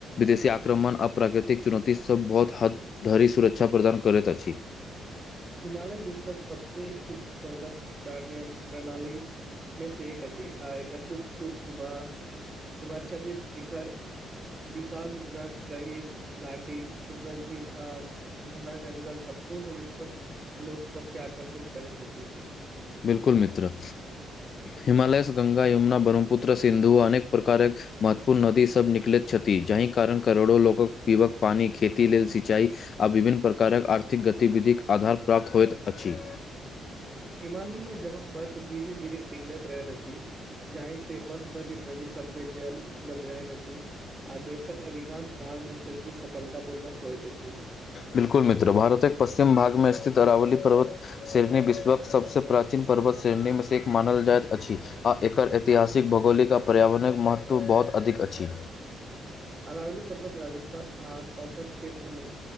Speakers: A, on the left; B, on the right.
A: विदेशी आक्रमण आ प्राकृतिक चुनौती सभ बहुत हद धरि सुरक्षा प्रदान करैत अछि।
B: हिमालय विश्वक सबसे उच्च पर्वत प्रणयम प्रणाली मे से एक अछि, आ एकर उच्च उच्च हिमा हिमाचछदित शिखर विशाल हिफनत, गहिर घाटी, सुन्दर झील, आग घना जंगल सम्पूर्ण विश्व लोक सबके आकर्षित करैत अछि।
A: बिलकुल मित्र हिमालय से ग्ंगा, यमुना, ब्रह्मपुत्र, सिन्धु, अनेक प्रकारक महत्वपूर्ण नदी सब निकलैत छथि। थी, जाहि कारण करोड़ो लोकक पीबक पानि, खेती लेल सिंचाई, आ विभिन्न प्रकारक आर्थिक गतिविधिक आधार प्राप्त होइत अछि।
B: हिमालय में जमां बर्फ धीरे -धीरे पिघलैत रहैत अछि। जहि से बस भरि नदी सबमे जल उपलब्ध रहैत अछि। आ देशक अधिकांश भाग मे कृषि सफलता पूर्वक होइत अछि।
A: बिल्कुल मित्र भारतक पश्चिम भागमे स्थित अरावली पर्वत शेरनी विश्वक सबसे प्राचीन पर्वत शेरणी मे से एक मानल जाइत अछि। आ एकर ऐतिहासिक भौगोलिक आ पर्यावरणक महत्व बहुत अधिक अछि।
B: अरावली पर्वत राजस्थान आसपासक क्षेत्र में